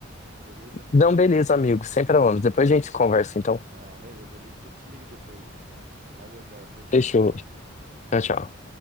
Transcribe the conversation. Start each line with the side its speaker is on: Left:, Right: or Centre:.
Right: Beleza?
Left: então beleza, amigo. Sem problemas. Depois a gente conversa, então.
Right: Ah, beleza. Eu ligo, eu te ligo depois, mais tarde. Valeu, cara. Tchau, tchau.
Left: Fechou. Tchau, tchau.